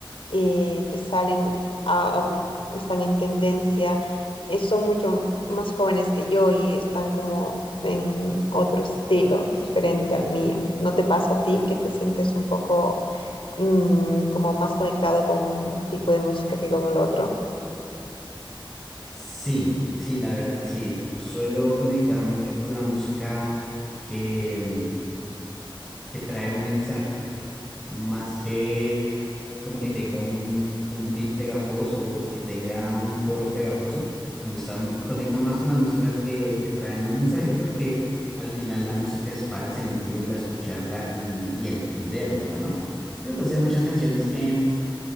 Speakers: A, on the left; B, in the centre.
A: eh, que salen a- o que están en tendencia eh, son mucho más jóvenes que yo y están como en otro estilo diferente al mío. ¿No te pasa a ti que te sientes un poco mm, como más conectado con un tipo de música que con el otro.
B: Sí, sí, la verdad, sí. Suelo conectar mucho con la música que, mm, que trae un mensaje, más que como que tenga un, un beat pegajoso o que tenga un coro pegajoso. Me gustan, conecto más con las músicas que, que traen un mensaje porque al final la música es para sentirla, escucharla y, y entenderla, ¿no? Pero pues hay muchas canciones que